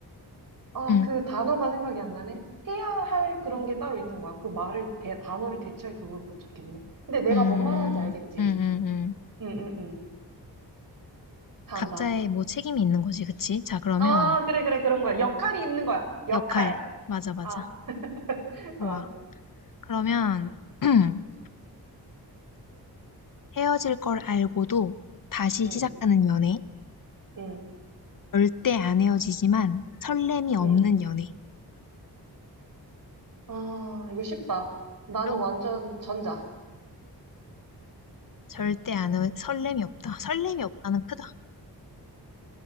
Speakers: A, on the right (about 55°); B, on the left (about 55°).
A: 아,
B: 응,
A: 그 단어가 생각이 안 나네? 해야 할 그런 게 따로 있는 거야. 그 말을, 대, 단어를 대체할 그걸 못 찾겠네. 근데 내가
B: 음,
A: 뭔 말하는지 알겠지?
B: 응, 응, 응.
A: 응, 응, 응. 다음,
B: 각자의
A: 다음.
B: 뭐 책임이 있는 거지, 그치? 자, 그러면
A: 아, 그래, 그래, 그런 거야. 역할이 있는 거야. 역할.
B: 역할. 맞아, 맞아.
A: 아, <laughs>
B: 좋아.
A: 어,
B: 그러면 <clears throat> 헤어질 걸 알고도 다시
A: 응,
B: 시작하는 연애.
A: 응,
B: 절대 안 헤어지지만 설렘이 없는
A: 응.
B: 연애.
A: 아, 이거 쉽다. 나는
B: 죠
A: 완전 전자.
B: 절대 안, 헤- 설렘이 없다. 설렘이 없다는 크다.